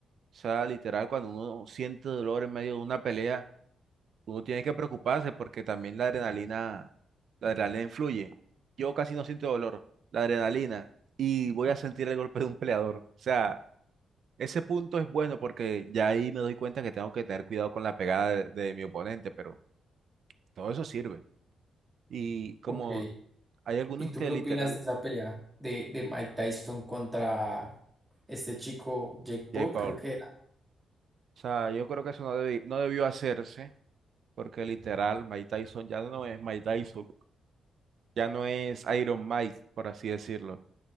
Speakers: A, on the right (about 60°); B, on the right (about 20°).
A: sea, literal, cuando uno siente dolor en medio de una pelea, uno tiene que preocuparse porque también la adrenalina, la adrenalina influye. Yo casi no siento dolor, la adrenalina, y voy a sentir el golpe de un peleador. O sea, Ese punto es bueno porque ya ahí me doy cuenta que tengo que tener cuidado con la pegada de, de mi oponente, pero todo eso sirve. Y como
B: Ok.
A: hay algunos
B: ¿Y tú
A: que
B: qué
A: literal,
B: opinas de esa pelea de, de Mike Tyson contra este chico Jake Paul?
A: Jay Paul,
B: Creo que era.
A: o sea, yo creo que eso no, debi- no debió hacerse porque literal Mike Tyson ya no es Mike Tyson, ya no es Iron Mike, por así decirlo.